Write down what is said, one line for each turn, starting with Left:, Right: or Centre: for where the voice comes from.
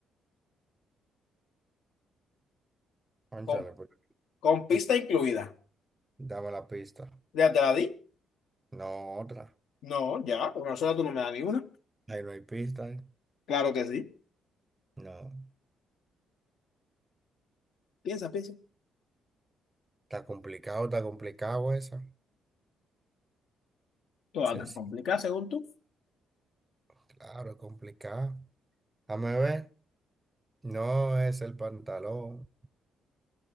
Right: Cónchale,
Left: Con,
Right: pero-
Left: con pista
Right: y-
Left: incluida.
Right: Dame la pista.
Left: ¿Ya te la di?
Right: No, otra.
Left: No, ya, con nosotros tú no me das ni una.
Right: Ahí no hay pista, ¿eh?
Left: Claro que sí.
Right: No.
Left: Piensa, piensa.
Right: Está complicado, está complicado eso.
Left: Toda
Right: Sí,
Left: tan
Right: sien-
Left: complicada según tú.
Right: claro, es complicado. Dame ver. No es el pantalón.